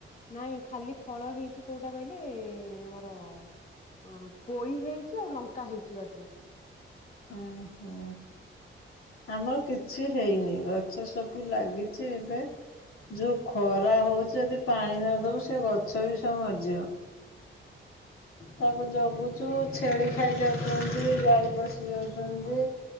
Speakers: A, on the left; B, on the left.
A: ନାଇଁ ଖାଲି ଫଳ ହେଇଛି କୋଉଟା କହିଲେ ଆମର ଅ ପୋଇ ହେଇଛି ଆଉ ଲଙ୍କା ହେଇଛି ବାଡିରେ।
B: ଓଁ ହଁ। ଆମର କିଛି ହେଇନି ଗଛ ସବୁ ଲାଗିଛି ଏବେ। ଯୋଉ ଖରା ହଉଛି ଯଦି ପାଣି ନଦବୁ ସେ ଗଛ ବି ସବୁ ମରିଯିବ। ତାକୁ ଜଗୁଛୁ ଛେଳି ଖାଇ ଯାଉଛନ୍ତି ଗାଈ ପଶି ଯାଉଛନ୍ତି।